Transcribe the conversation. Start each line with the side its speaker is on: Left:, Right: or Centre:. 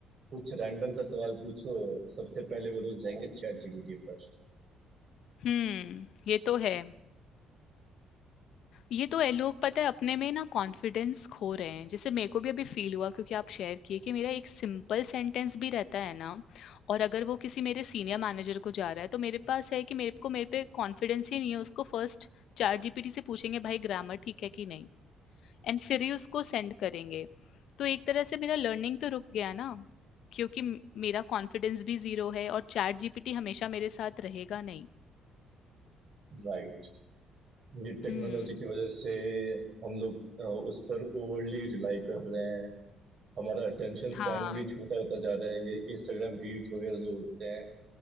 Right: कुछ रैंडम सा सवाल पूछो सबसे पहले वो लोग जाएंगे चैट जीपीटी पर
Left: हुँ, ये तो है। ये तो ए, लोग पता है अपने में ना कॉन्फिडेंस खो रहे हैं जैसे मेरे को भी अभी फील हुआ क्योंकि आप शेयर किए कि मेरा एक सिंपल सेंटेंस भी रहता है ना और अगर वो किसी मेरे सीनियर मैनेजर को जा रहा है तो मेरे पास है कि मेरे को मेरे पे कॉन्फिडेंस ही नहीं है उसको फर्स्ट चैट जीपीटी से पूछेंगे भाई ग्रामर ठीक है कि नहीं एंड फिर ही उसको सेंड करेंगे तो एक तरह से मेरा लर्निंग तो रुक गया ना क्योंकि म- मेरा कॉन्फिडेंस भी जीरो है और चैट जीपीटी हमेशा मेरे साथ रहेगा नहीं
Right: राइट ये टेक्नोलॉजी
Left: हम्म
Right: की वजह से हम लोग अ, उस पर ओवरली रिलाई कर रहे हैं हमारा अटेंशन स्पैन
Left: हाँ
Right: भी छोटा होता जा रहा है ये इंस्टाग्राम रील्स वगैरह जो होते हैं